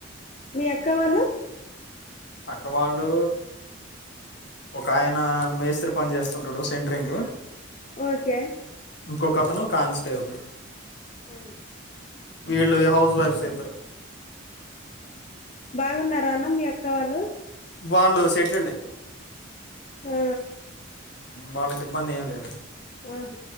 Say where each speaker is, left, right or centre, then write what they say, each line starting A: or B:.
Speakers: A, on the left (about 35°); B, on the left (about 55°).
A: మీ అక్క వాళ్ళు
B: అక్క వాళ్ళు ఒక ఆయన మేస్త్రి పన్ చేస్తుంటాడు సెట్రింగ్
A: ఓకె
B: ఇంకోొకతను కానిస్టేబుల్
A: హు
B: వీళ్ళు హౌస్ వైఫ్సె ఇద్దరు
A: బాగున్నార అన్న మీ అక్క వాళ్ళు
B: వాళ్ళు సెట్లుండె
A: ఖా
B: వాళ్ళకి ఇబ్బంది ఏం లేదు
A: ఆహ